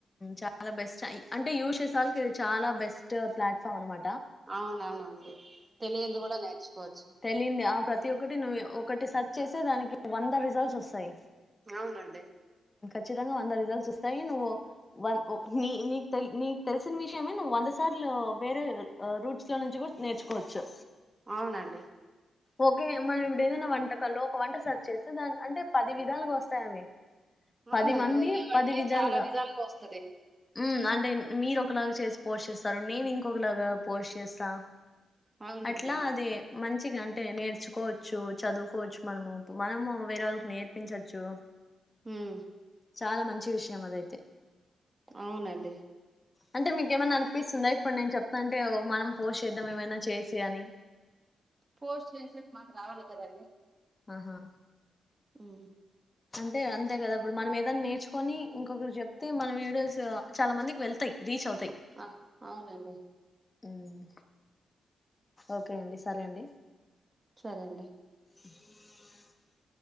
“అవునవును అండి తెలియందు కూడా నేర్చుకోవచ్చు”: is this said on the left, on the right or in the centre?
Right